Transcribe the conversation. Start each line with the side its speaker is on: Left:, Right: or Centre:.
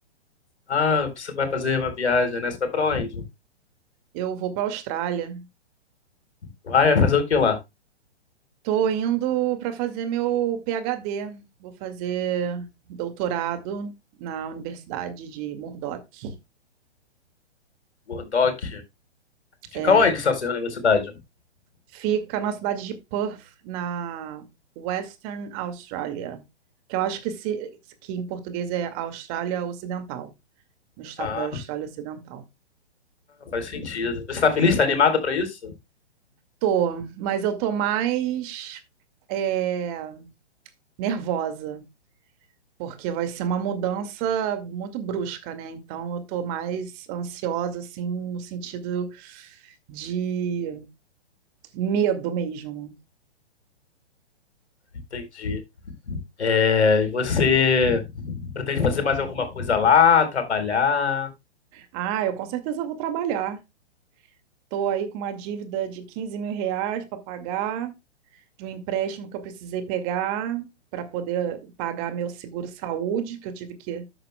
Left: ah, você vai fazer uma viagem, né? Você vai pra onde?
Right: Eu vou para a Austrália.
Left: Vai fazer o que lá?
Right: Tô indo para fazer meu PhD. Vou fazer doutorado na Universidade de Murdoch.
Left: Murdoch. Fica
Right: É,
Left: onde essa sua universidade?
Right: Fica na cidade de Perth, na Western Australia, que eu acho que, se, que em português é Austrália Ocidental, no estado
Left: Ah,
Right: da Austrália Ocidental.
Left: faz sentido. Você tá feliz? Tá animada pra isso?
Right: Tô, mas eu tô mais é, nervosa, porque vai ser uma mudança muito brusca, né? Então eu tô mais ansiosa, assim, no sentido de medo mesmo.
Left: Entendi. É, e você pretende fazer mais alguma coisa lá? Trabalhar?
Right: Ah, eu com certeza vou trabalhar. Tô aí com uma dívida de 15 mil reais para pagar. de um empréstimo que eu precisei pegar para poder pagar meu seguro-saúde, que eu tive que